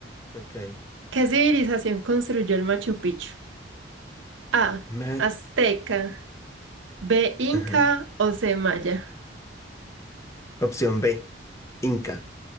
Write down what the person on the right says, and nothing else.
¿Qué civilización construyó el Machu Picchu? A.
Azteca. B. Inca
o C. Maya.